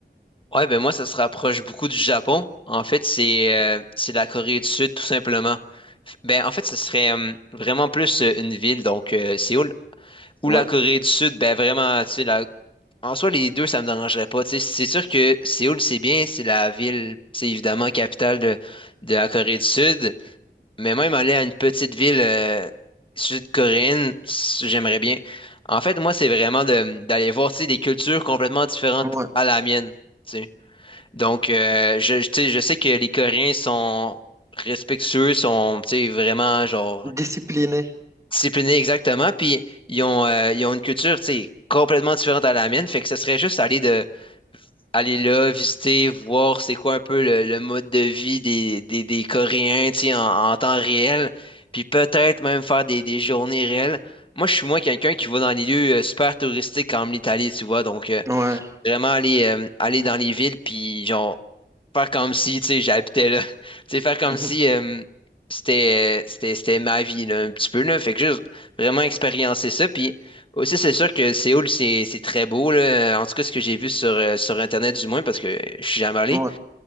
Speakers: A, on the left; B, on the right.
A: Ouais, ben moi, ça se rapproche beaucoup du Japon. En fait, c'est euh, c'est la Corée du Sud, tout simplement. F- Ben, en fait, ce serait euh, vraiment plus euh, une ville, donc euh, Séoul. Ou
B: Ouais,
A: la Corée du Sud, ben vraiment, tu sais, la En soi, les deux, ça me dérangerait pas. Tu sais, c'est sûr que Séoul, c'est bien, c'est la ville, c'est évidemment capitale de, de la Corée du Sud. Mais même aller à une petite ville euh, sud-coréenne, s- j'aimerais bien. En fait, moi, c'est vraiment de- d'aller voir, tu sais, des cultures complètement différentes
B: ouais.
A: à la mienne. tu sais. Donc, euh, je, je- tu sais, je sais que les Coréens sont respectueux, sont, tu sais, vraiment, genre,
B: Discipliné.
A: disciplinés exactement. Puis, ils ont, euh, ils ont une culture, tu sais, complètement différente à la mienne. Fait que ce serait juste aller de aller là, visiter, voir c'est quoi un peu le, le mode de vie des, des, des Coréens, tu sais, en, en temps réel, puis peut-être même faire des, des journées réelles. Moi, je suis moins quelqu'un qui va dans les lieux euh, super touristiques comme l'Italie, tu vois, donc euh,
B: Ouais.
A: Vraiment aller, euh, aller dans les villes, puis genre, faire comme si, tu sais, j'habitais là. <laughs> Tu sais, faire comme
B: <laughs>
A: si euh, c'était, euh, c'était, c'était ma vie, là, un petit peu, là. Fait que juste vraiment expériencer ça. Puis aussi, c'est sûr que Séoul, c'est, c'est très beau, là. En tout cas, ce que j'ai vu sur, euh, sur Internet, du moins, parce que je suis jamais allé.
B: Mhm. Ouais,